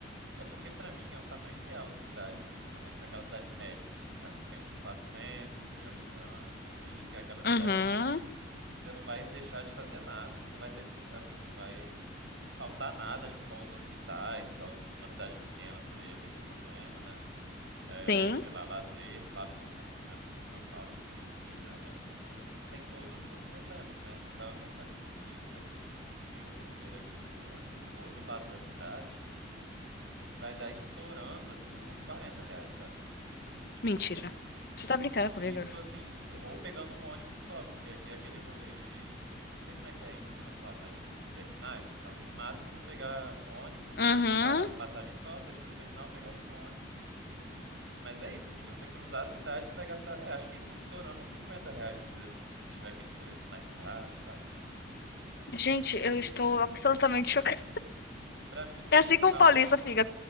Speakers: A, on the right (about 70°); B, on the left (about 55°).
A: É porque pra mim é o tamanho ideal de cidade, assim, que é uma, aquela cidade média, assim, sabe? Que tem uns 400, mil habitantes por aí, que é aquela cidade
B: Uhum.
A: que tipo, você não vai deixar de fazer nada, não vai ter, assim, não vai faltar nada, tipo, bons hospitais, igual uma cidade pequena poderia ter esse problema, né? É,
B: Sim.
A: sei lá, lazer, claro que muito menos do que São Paulo, do que um Rio, né? Mas, assim, sem todos os problemas, né? Tipo, eu tava pensando nisso esses dias. Se eu pedir um Uber aqui em Vitória pro outro lado da cidade, vai dar estourando, assim, uns 40 reais, sabe?
B: Mentira. Você tá brincando
A: E
B: comigo?
A: isso, assim, ou pegando um ônibus só, porque aqui é aquele rolê de. Não sei como é que é em São Paulo, mas do- dos terminais. Então, no máximo, eu vou pegar um ônibus,
B: Uhum.
A: pagar uma passagem só, descer no terminal, pegar outro ônibus. Mas é isso, assim, pra você cruzar a cidade, você vai gastar. É, acho que isso, estourando uns 50 reais de Uber, assim, se tiver aqueles preços mais caros, sabe?
B: Gente,
A: E.
B: eu estou absolutamente chocada.
A: Pra mim,
B: É
A: o-
B: assim como
A: a
B: o paulista
A: única
B: fica.